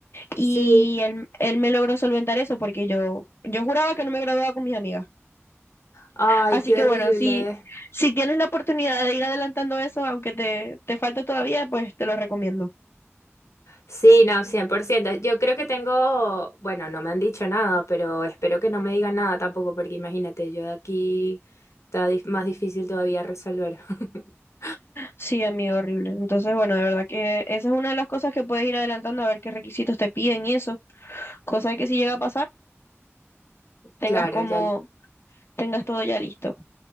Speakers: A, on the left; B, on the left.
A: Y
B: Sí.
A: él, él me logró solventar eso porque yo, yo juraba que no me graduaba con mis amigas.
B: Ay,
A: Así
B: qué
A: que
B: horrible.
A: bueno, si, si tienes la oportunidad de ir adelantando eso, aunque te, te falte todavía, pues te lo recomiendo.
B: Sí, no, cien por ciento. Yo creo que tengo, bueno, no me han dicho nada, pero espero que no me digan nada tampoco, porque imagínate, yo de aquí está dif- más difícil todavía resolver. <laughs>
A: Sí, amigo, horrible. Entonces, bueno, de verdad que esa es una de las cosas que puedes ir adelantando a ver qué requisitos te piden y eso. Cosa que si llega a pasar, tengas
B: Claro,
A: como,
B: ya, l-
A: tengas todo ya listo.